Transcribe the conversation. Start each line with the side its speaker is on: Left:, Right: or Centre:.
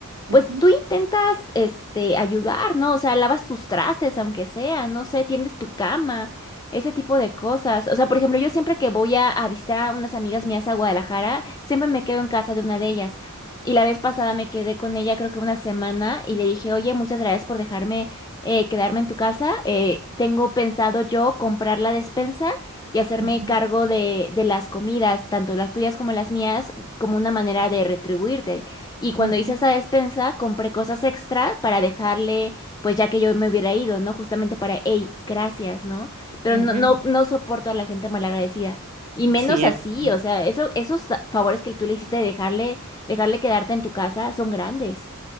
Right: Ujú,
Left: Pues tú intentas, este, ayudar, ¿no? O sea, lavas tus trastes, aunque sea, no sé, tiendes tu cama, ese tipo de cosas. O sea, por ejemplo, yo siempre que voy a, a visitar a unas amigas mías a Guadalajara, siempre me quedo en casa de una de ellas. Y la vez pasada me quedé con ella creo que una semana y le dije, oye, muchas gracias por dejarme eh, quedarme en tu casa. Eh, tengo pensado yo comprar la despensa y hacerme
Right: ujú,
Left: cargo de, de las comidas, tanto las tuyas como las mías, como una manera de retribuirte. Y cuando
Right: ujú,
Left: hice esa despensa, compré cosas extra para dejarle, pues ya que yo me hubiera ido, ¿no? Justamente para, hey, gracias, ¿no? Pero
Right: ujú,
Left: no, no, no soporto a la gente malagradecida. Y menos
Right: Cierto.
Left: así, o sea, eso, esos favores que tú le hiciste de dejarle, dejarle quedarte en tu casa son grandes.